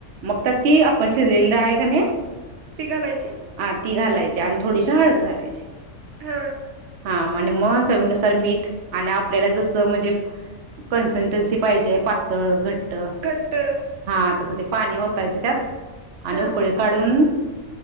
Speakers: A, on the right; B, on the right.
A: मग ती आपण शिजलेली डाळे की नाई ते
B: ती घालायची
A: हा ती घालायची आण थोडीशी हळद घालायची
B: हा
A: ह म चवीनुसार मीठ आणि आप आपल्याला जस म्हणजे कन्सटन्सी पाहिजे पातळ घट्ट
B: घट्ट
A: हा तस ते पाणी ओतायचं त्यात आणि
B: हा
A: उकळी काढून